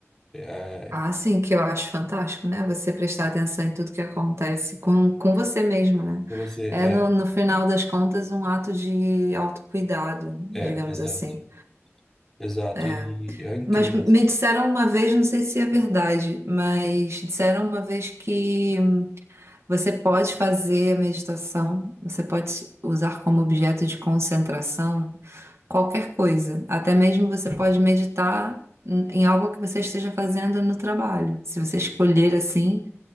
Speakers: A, in the centre; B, on the right.
A: É,
B: Ah, sim, que eu acho fantástico, né? Você prestar atenção em tudo que acontece com, com você mesmo, né?
A: você,
B: É,
A: é,
B: no, no final das contas, um ato de autocuidado,
A: é,
B: digamos
A: exato.
B: assim.
A: Exato,
B: É.
A: e é incrível.
B: Mas me
A: assim.
B: disseram uma vez, não sei se é verdade, mas disseram uma vez que você pode fazer a meditação, você pode usar como objeto de concentração qualquer coisa. Até mesmo você pode meditar em em algo que você esteja fazendo no trabalho. Se você escolher assim,